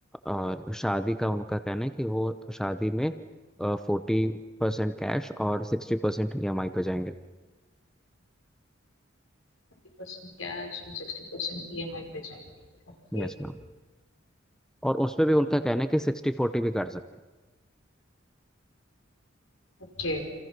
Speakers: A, in the centre; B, on the left.
A: और शादी का उनका कहना है कि वो तो शादी में फोर्टी परसेंट कैश और sixty percent E M I पे जाएंगे
B: 50% कैश एंड 60% ईएमआई पे जाएंगे Okay
A: यस मैम और उसमें भी उनका कहना है कि सिक्सटी फोर्टी भी कर सकते
B: okay